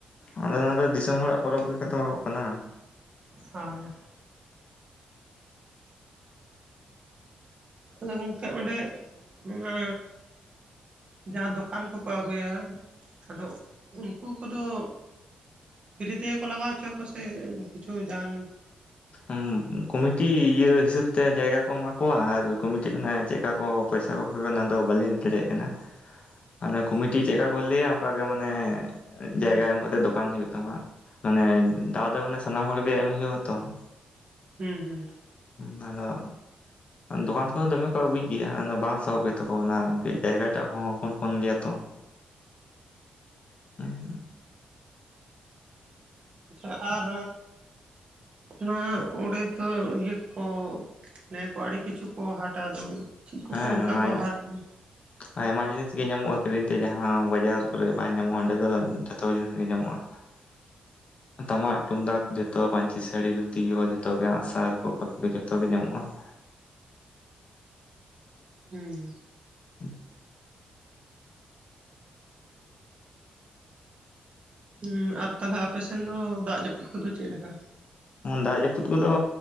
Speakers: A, on the left (about 45°); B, on the right (about 40°).
A: ᱟᱫᱚ ᱱᱚᱣᱟ ᱫᱚ ᱫᱤᱥᱚᱢ ᱦᱚᱲᱟᱜ ᱯᱚᱨᱚᱵᱽ ᱜᱮ ᱠᱟᱛᱟᱣ ᱠᱟᱱᱟ ᱾
B: ᱦᱳᱭ ᱾ ᱟᱫᱚ ᱜᱚᱝᱠᱮ ᱚᱸᱰᱮ ᱚᱱᱟ ᱡᱟᱦᱟᱸ ᱫᱚᱠᱟᱱ ᱠᱚᱠᱚ ᱟᱹᱜᱩᱭᱟ ᱟᱫᱚ ᱩᱱᱠᱩ ᱠᱚᱫᱚ ᱯᱷᱤᱨᱤ ᱛᱮᱜᱮ ᱠᱚ ᱞᱟᱜᱟᱣ ᱚᱪᱚ ᱟᱠᱚ ᱥᱮ ᱠᱤᱪᱷᱩ ᱡᱟᱱ
A: ᱩᱸᱻ ᱠᱚᱢᱤᱴᱤ ᱤᱭᱟᱹ ᱦᱤᱥᱟᱹᱵ ᱛᱮ ᱡᱟᱭᱜᱟ ᱠᱚ ᱮᱢᱟ ᱠᱚᱣᱟ ᱟᱨ ᱠᱚᱢᱤᱴᱤ ᱠᱷᱚᱱᱟᱜ ᱪᱮᱫᱠᱟ ᱠᱚ ᱯᱚᱭᱥᱟᱹ ᱠᱚ ᱠᱷᱚᱡ ᱚᱱᱟ ᱫᱚ ᱵᱟᱹᱞᱤᱧ ᱞᱟᱹᱭ ᱫᱟᱲᱮᱭᱟᱜ ᱠᱟᱱᱟ ᱾ ᱢᱟᱱᱮ ᱠᱚᱢᱤᱴᱤ ᱪᱮᱫ ᱞᱮᱠᱟ ᱠᱚ ᱞᱟᱹᱭᱟ ᱚᱱᱠᱟ ᱜᱮ ᱢᱟᱱᱮ
B: ᱦᱩᱸ
A: ᱡᱟᱭᱜᱟ ᱮᱢ ᱠᱟᱛᱮ ᱫᱚᱠᱟᱱ ᱦᱩᱭᱩᱜ ᱛᱟᱢᱟ ᱢᱟᱱᱮ ᱫᱟᱣ ᱫᱚ ᱢᱟᱱᱮ ᱥᱟᱱᱟᱢ ᱦᱚᱲ ᱜᱮ ᱮᱢ ᱦᱩᱭᱩᱜᱼᱟ ᱛᱚ ᱾
B: ᱦᱩᱸ ᱦᱩᱸ ᱾
A: ᱚᱱᱟᱫᱚ ᱾ ᱫᱚᱠᱟᱱ ᱠᱚᱦᱚᱸ ᱫᱚᱢᱮ ᱠᱚ ᱟᱹᱜᱩᱭ ᱜᱮᱭᱟ ᱟᱫᱚ ᱵᱟᱝ ᱥᱟᱦᱚᱵ ᱜᱮ ᱛᱟᱠᱳᱣᱟ ᱚᱱᱟ ᱠᱟᱹᱡ ᱡᱟᱭᱜᱟ ᱴᱟᱜ ᱦᱚᱸ ᱦᱚᱯᱚᱱ ᱦᱚᱯᱚᱱ ᱜᱮᱭᱟ ᱛᱚ ᱾ <unintelligible>
B: ᱟᱪᱪᱷᱟ ᱟᱨ ᱚᱱᱟ ᱚᱸᱰᱮ ᱫᱚ ᱤᱭᱟᱹ ᱠᱚ ᱱᱤᱭᱟᱹ ᱠᱚ ᱟᱹᱰᱤ ᱠᱤᱪᱷᱩ ᱠᱚ ᱦᱟᱴ-ᱟ ᱟᱫᱚ ᱪᱮᱫ ᱠᱚᱠᱚ
A: ᱦᱮᱸ
B: ᱚᱱᱠᱟ
A: <unintelligible>
B: ᱠᱚ ᱦᱟᱴ ᱦᱩᱸ
A: ᱟᱭᱢᱟ ᱡᱤᱱᱤᱥ ᱜᱮ ᱧᱟᱢᱚᱜᱼᱟ ᱠᱤᱨᱤᱧ ᱛᱮ ᱡᱟᱦᱟᱸ ᱵᱟᱡᱟᱨ ᱠᱚᱨᱮ ᱵᱟᱝ ᱧᱟᱢᱚᱜᱼᱟ ᱚᱸᱰᱮ ᱫᱚ ᱡᱷᱚᱛᱚ ᱡᱤᱱᱤᱥ ᱜᱮ ᱧᱟᱢᱚᱜᱼᱟ ᱾ <inaudible> ᱛᱟᱢᱟᱜ, ᱴᱩᱢᱫᱟᱜ ᱡᱚᱛᱚ ᱯᱟᱹᱧᱪᱤ ᱥᱟᱹᱲᱤ, ᱫᱷᱩᱛᱤ ᱠᱚ ᱡᱚᱛᱚ ᱜᱮ ᱟᱸᱜᱥᱟᱨ ᱠᱚ ᱠᱟᱹᱯᱤ ᱠᱚ ᱡᱚᱛᱚᱜ ᱜᱮ ᱧᱟᱢᱚᱜᱼᱟ ᱾
B: ᱦᱩᱸ ᱾
A: ᱛ <inaudible>
B: ᱦᱩᱸ, ᱟᱨ ᱛᱟᱞᱦᱮ ᱟᱯᱮ ᱥᱮᱱ ᱫᱚ ᱫᱟᱜ ᱡᱟᱹᱯᱩᱫ ᱠᱚᱫᱚ ᱪᱮᱫ ᱞᱮᱠᱟ?
A: ᱫᱟᱜ ᱡᱟᱹᱯᱩᱫ ᱠᱚᱫᱚ